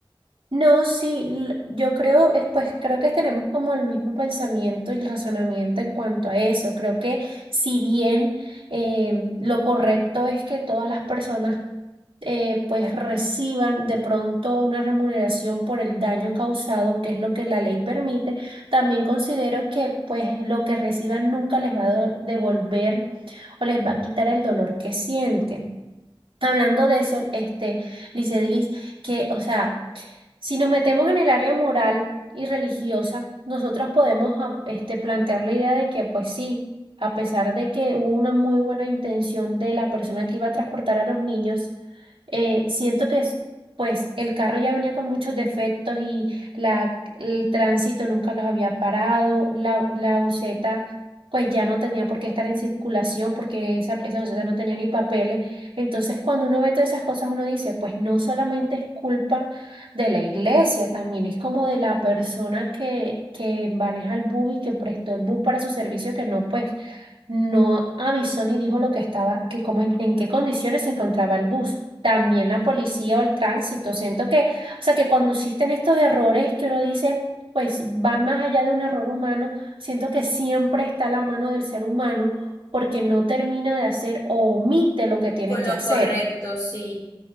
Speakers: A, on the right (about 75°); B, on the left (about 50°).
A: No, sí, l- yo creo, es, pues creo que tenemos como el mismo pensamiento y el razonamiento en cuanto a eso. Creo que si bien eh, lo correcto es que todas las personas eh, pues reciban de pronto una remuneración por el daño causado, que es lo que la ley permite, también considero que pues lo que reciban nunca les va a do- devolver o les va a quitar el dolor que sienten. Hablando de eso, este, Licedelis, que, o sea, si nos metemos en el área moral y religiosa, nosotros podemos ah, este, plantear la idea de que, pues sí, a pesar de que hubo una muy buena intención de la persona que iba a transportar a los niños, eh, siento que es- pues el carro ya venía con muchos defectos y la, el tránsito nunca los había parado, la, la buseta pues ya no tenía por qué estar en circulación porque esa, esa buseta no tenía ni papeles. Entonces, cuando uno ve todas esas cosas, uno dice, pues no solamente es culpa de la iglesia, también es como de la persona que, que maneja el bus y que prestó el bus para su servicio, que no, pues, no avisó ni dijo lo que estaba, que cómo, en qué condiciones se encontraba el bus. También la policía o el tránsito. Siento que, o sea, que cuando existen estos errores que uno dice, pues van más allá de un error humano, siento que siempre está la mano del ser humano porque no termina de hacer o omite lo que tiene
B: Con
A: que
B: lo
A: hacer.
B: correcto, sí.